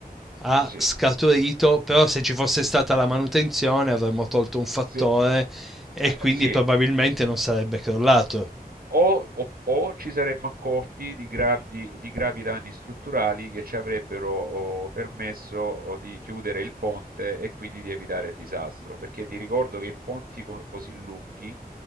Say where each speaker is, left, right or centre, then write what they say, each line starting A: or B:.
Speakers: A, in the centre; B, on the right.
A: ha
B: Sì.
A: scaturito, però se ci fosse stata la manutenzione avremmo tolto un fattore
B: Sì,
A: e
B: ah,
A: quindi
B: ah, sì.
A: probabilmente non sarebbe crollato.
B: O, o- o ci saremmo accorti di grandi- di gravi danni strutturali che ci avrebbero oh, permesso oh, di chiudere il ponte e quindi di evitare il disastro. Perché ti ricordo che in ponti co- così lunghi